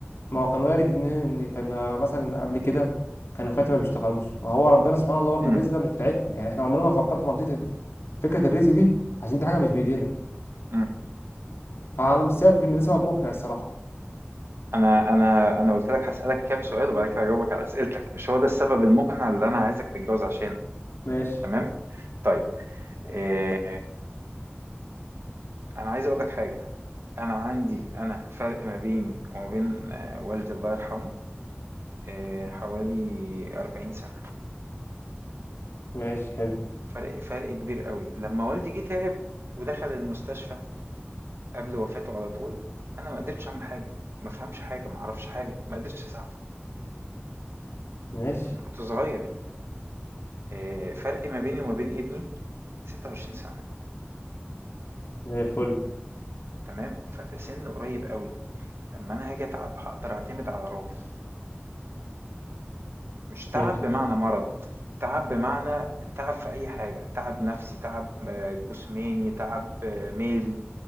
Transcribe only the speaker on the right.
مم.
مم.
انا انا انا قلت لك هسالك كام سؤال وبعد كده هجاوبك على اسئلتك مش هو ده السبب المقنع اللي انا عايزك تتجوز عشانه
تمام طيب إيه... انا عايز اقول لك حاجه انا عندي انا فرق ما بيني وما بين آه، والدي الله يرحمه آه، حوالي 40 سنه
فرق فرق كبير قوي لما والدي جه تعب ودخل المستشفى قبل وفاته على طول انا ما قدرتش اعمل حاجه ما فهمش حاجه ما اعرفش حاجه ما قدرتش اساعده
لان كنت صغير آه، فرق ما بيني وما بين ابني 26 سنه
تمام فده سن قريب قوي لما انا هاجي اتعب هقدر اعتمد على راجل مش تعب
بمعنى مرض تعب بمعنى تعب في اي حاجه تعب نفسي تعب آه، جسماني تعب آه، مالي